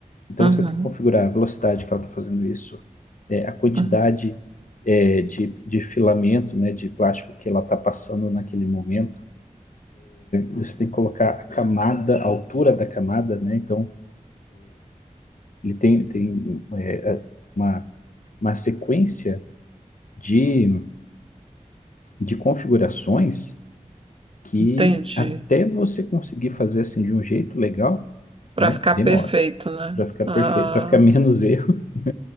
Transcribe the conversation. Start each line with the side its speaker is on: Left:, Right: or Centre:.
Left: Então
Right: aham,
Left: você tem que configurar a velocidade que ela está fazendo isso, é, a quantidade
Right: aham.
Left: é, de, de filamento, né, de plástico que ela está passando naquele momento. Você tem que colocar a camada, a altura da camada, né? Então ele tem, tem é, uma, uma sequência de, de configurações que
Right: Entendi.
Left: até você conseguir fazer assim de um jeito legal,
Right: Para
Left: né,
Right: ficar
Left: demora.
Right: perfeito, né?
Left: Para ficar perfeito,
Right: Ah,
Left: para ficar menos erro, <laughs>